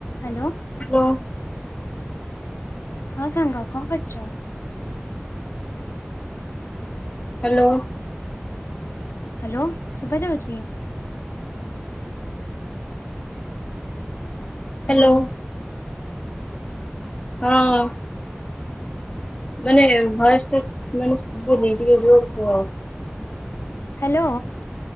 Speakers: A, on the left; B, on the left.
A: ହାଲୋ
B: ଲୋ
A: ହଁ ସାଙ୍ଗ କଁ କରୁଚ?
B: ହାଲୋ
A: ହାଲୋ ସୁବା ଯାଉଚି?
B: ହ୍ୟାଲୋ
A: ହାଲୋ
B: ହଁ ମାନେ ଭୟସ୍ ଟା ମାନେ ଶୁବୁନି ଟିକେ ଯୋର କୁହ।
A: ହାଲୋ